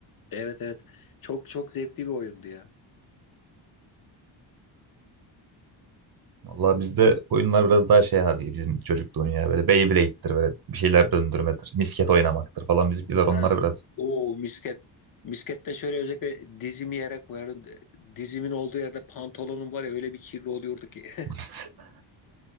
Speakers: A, on the left; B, on the right.
A: Evet evet. Çok çok zevkli bir oyundu ya.
B: Vallahi bizde oyunlar biraz daha şey abi bizim çocukluğun ya böyle Beyblade'dir böyle bir şeyler döndürmedir. Misket oynamaktır falan bizimkiler
A: Ha.
B: onlara biraz.
A: Oo misket. Miskette şöyle özellikle dizimi yere koyarım. Dizimin olduğu yerde pantolonum var ya öyle bir kirli oluyordu ki.
B: <laughs>